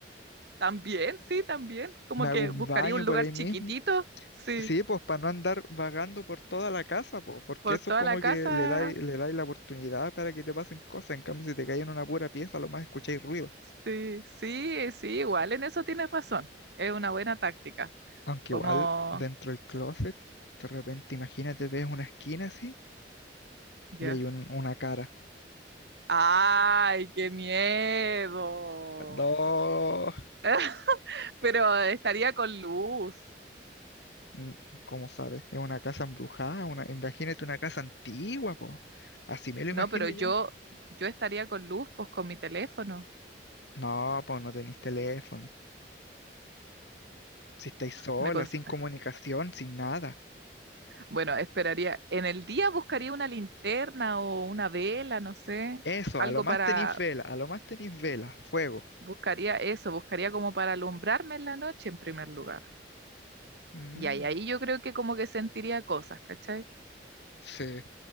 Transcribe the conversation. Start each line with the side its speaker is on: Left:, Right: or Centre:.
Right: También, sí, también. Como
Left: Me hago
Right: que
Left: un
Right: buscaría
Left: baño
Right: un
Left: por
Right: lugar
Left: ahí mismo.
Right: chiquitito, sí,
Left: Sí, pues para no andar vagando por toda la casa, pues, porque
Right: por
Left: eso
Right: toda
Left: es como
Right: la casa.
Left: que le dais, le dais la oportunidad para que te pasen cosas. En cambio, si te caes en una pura pieza, lo más escucháis ruido.
Right: Sí, sí, sí, igual en eso tienes razón. Es una buena táctica.
Left: Aunque
Right: Como,
Left: igual, dentro del closet, de repente, imagínate, ves una esquina así y
Right: ya.
Left: hay un- una cara.
Right: ¡Ay, qué miedo!
Left: No.
Right: <laughs> Pero estaría con luz.
Left: Mm, ¿Cómo sabes? Es una casa embrujada, una... imagínate una casa antigua, po. Así me lo imagino
Right: No, pero yo,
Left: yo.
Right: yo estaría con luz, pues con mi teléfono.
Left: No, pues no tenéis teléfono. Si estáis sola,
Right: Me cons-
Left: sin comunicación, sin nada.
Right: bueno, esperaría. En el día buscaría una linterna o una vela, no sé,
Left: Eso,
Right: algo
Left: a lo más
Right: para
Left: tenéis vela, a lo más tenéis vela, fuego.
Right: Buscaría eso, buscaría como para alumbrarme en la noche en primer lugar.
Left: Mm,
Right: Y ahí, ahí yo creo que como que sentiría cosas, ¿cachai?
Left: sí.